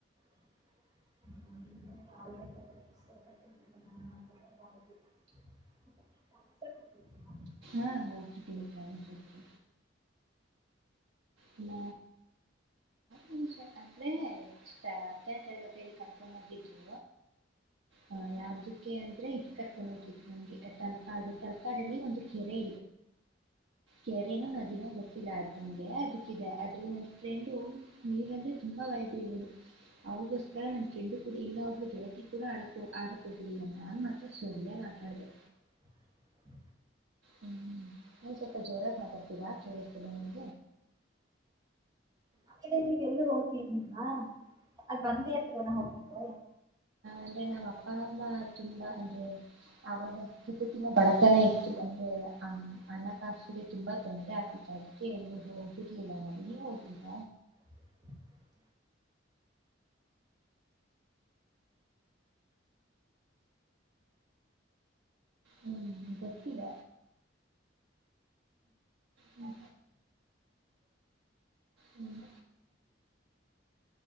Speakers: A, on the right; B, on the right.
A: <inaudible> <inaudible> <inaudible> <inaudible>
B: ಹಾ ಹೋಗ ಸ ಹ್ಮ ನಿಮಷ ಅಂದ್ರೆ ಎ ಹತ್ತನೇ ತರಗತಿಯಲ್ಲಿ ಕರ್ಕರ್ಮ್ ಆಗಿದ್ರು ಹ ಯಾವದಕ್ಕೆ ಅಂದ್ರೆ ಇದದು ಕರ್ಕೊಂಡ ಹೋಗಿದ್ರು ನಮ್ಗೆ ತಲ್ಕಾಡ್ ತಲ್ಕಾಡಲ್ಲಿ ಒಂದು ಕೆರೆ ಕೆರೆನು ನ ಜನ ಬತ್ತಿ ಲಾದನಗೆ ದೆ ಅದ್ರಲ್ಲಿ ನಂತ ್ರೆಂಡ ನೀರ್ ಬಂದೆ ತುಂಬಾ ವಯ ಬೀೋದು ಅವ್ರಿಗೋಸ್ಕರ ನನ್ ಫ್ರೆಂಡು ಕೂಡ ಇಂಗ ಒಬ್ಳ ಗೆಳಕಿ ಕೂಡ ಆಡಕ ಆಡಕ್ ಹೋಗುದಿಲ್ಲ ನಾನ್ ಮಾತ್ರ ಸರಯ ಮಾತಾಡ್ದು
A: <inaudible>
B: ಹ್ಮ್ ನೀ ಸ್ವಲ್ಪ ಜೋರಾಗಿ ಮಾತಾಡ್ತೀರಾ ಕೇಳಿಸ್ತಿಲ್ಲ ನಿನ್
A: ಆಮೇಲೆ ನೀವೆ ಎಲ್ಲೂ ಹೋಗ್ತಿಲ್ವಾ ಅದ್ ಬಂದೇ ಹತ್ರದ ನಾ ಹೋಗಿದ್ದೆ
B: ಅಂದ್ರೆ ನಮ್ಮ ಅಪ್ಪ ಅಮ್ಮ ತುಂಬಾ ಅಂದ್ರೆ ಅವರ ಚಗಕಿನ ಬಡತನ ಇತ್ತು ಅಂದ್ರೆ ಆ ಹಣಕಾಸಿಗೆ ತುಂಬಾ ತೊಂದ್ರರೆ ಆಗ್ತ್ತ ಅದಕ್ಕೆ ಎಲ್ಲ ಹೋಗಿರ್ಲಿಲ್ಲ ನಾು ನೀವ ಹೋಗಿಲ್ಲ
A: <inaudible>
B: ಹ್ಮ್ ಸಕ್ಕಿಲ್ಲ ಹಾ ಹ್ಮ್